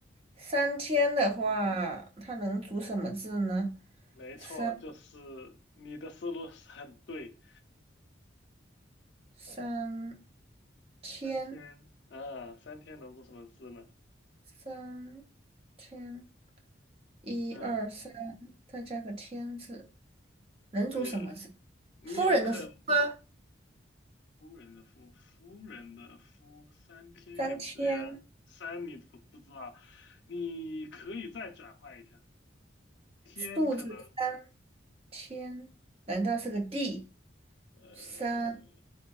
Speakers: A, on the right; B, on the left.
A: 三天的话，
B: 嗯，
A: 它能组什么字呢？
B: 没错，
A: 三
B: 就是你的思路是很对。
A: 三天，
B: 三天，啊，三天能做什么事呢？
A: 三天，一二三，
B: 嗯，
A: 再加个天字。能组什么字？
B: 对，你有可
A: 夫人的夫吗？
B: 夫人的夫，夫人的夫，三天也不对啊，
A: 三天
B: 三你不不知道，你可以再转换一下，天可能，
A: 数字三天，难道是个地？
B: 呃。
A: 三